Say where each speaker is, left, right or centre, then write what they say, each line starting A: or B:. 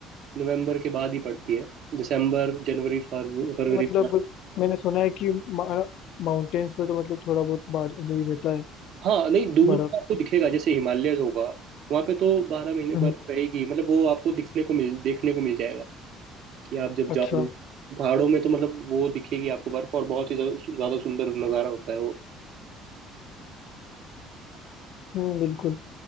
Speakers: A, on the right; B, on the left.
A: नवंबर के बाद ही पड़ती है दिसंबर जनवरी फरव- फरवरी
B: ये मतलब
A: मार्च
B: मैंने सुना है कि माउंटेन्स पे तो मतलब थोड़ा बहुत बार नहीं रहता है
A: हाँ नहीं दूर
B: बर्फ
A: तो आपको दिखेगा जैसे हिमालयज होगा वहाँ पे तो बारह महीने बर्फ
B: हम्म,
A: रहेगी मतलब वो आपको दिखने को मिल देखने को मिल जाएगा कि आप जब जाओगे
B: अच्छा
A: पहाड़ों में तो मतलब वो दिखेगी आपको बर्फ और बहुत ही ज्या- ज्यादा सुंदर नज़ारा होता है वो
B: हम्म बिल्कुल